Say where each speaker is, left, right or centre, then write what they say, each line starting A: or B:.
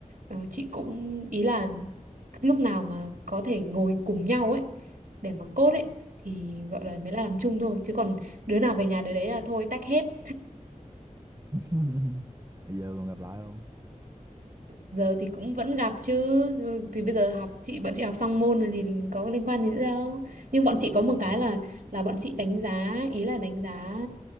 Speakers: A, on the right (about 85°); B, on the right (about 20°).
A: ờ, chị cũng ý là lúc nào mà có thể ngồi cùng nhau ấy để mà code ấy thì gọi là mới là làm chung thôi chứ còn đứa nào về nhà đứa đấy là thôi tách hết
B: <laughs> Bây giờ còn gặp lại không?
A: giờ thì cũng vẫn gặp chứ Ừ, thì bây giờ học chị bọn chị học xong môn rồi thì có liên quan gì nữa đâu nhưng bọn chị có
B: Ừ.
A: một cái là là bọn chị đánh giá ý là đánh giá